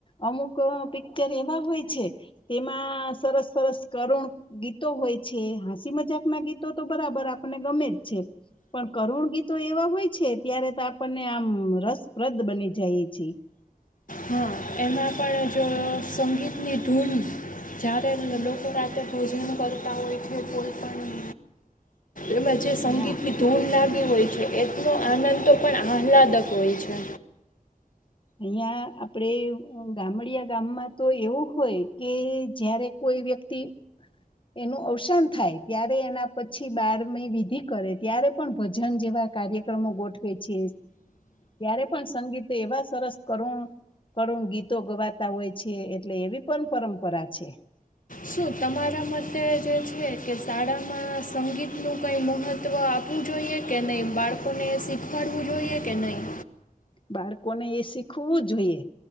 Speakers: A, on the left; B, on the left.
A: અમુક પિક્ચર એવા હોય છે તેમાં સરસ સરસ કરુણ ગીતો હોય છે હાંસી મજાક ના ગીતો તો બરાબર આપણને ગમે જ છે પણ કરુણ ગીતો એવા હોય છે ત્યારે તો આપણને આમ રસપ્રદ બની જાય છે
B: હા એમાં પણ જો સંગીતની ધૂલ જ્યારે લોકો રાતે ભોજન કરતા હોય છે કોઈ પણ એમાં જે સંગીતની
A: હા
B: ધૂન લાગી હોય છે એ નો આનંદ તો પણ આહલાદક હોય છે.
A: અહિયાં આપણેે ગામડયા ગામમાં તો એવું હોય કે જયારે કોઈ વ્યક્તિ, એનું અવસાન થાય ત્યારે એના પછી બારમી વિધિ કરે ત્યારે પણ ભજન જેવા કાર્યક્રમો ગોઠવે છે, ત્યારે પણ સંગીત એવા સરસ કરુણ કરુણ ગીતો ગવાતા હોય છે એટલે એવી પણ પરંપરા છે.
B: શું તમારા મતે જે છે કે શાળામાં સંગીતનું કંઈ મહત્ત્વ આપવું જોઈએ કે નહીં બાળકોને શીખવાડવું જોઈએ કે નહીં?
A: બાળકોને એ શીખવું જોઈએ,